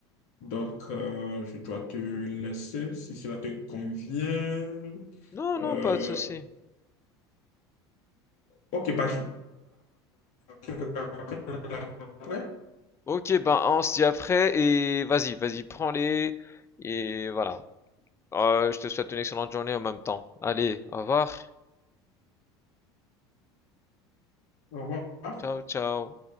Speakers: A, on the left; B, on the left.
A: donc euh, je dois te laisser si cela te convient.
B: Non,
A: Euh,
B: non, pas de souci.
A: ok, bah, je te rappelle après.
B: Ok, ben on se dit après et vas-y, vas-y, prends-les et voilà. Euh, je te souhaite une excellente journée en même temps. Allez, au revoir.
A: Au revoir.
B: Ciao, ciao.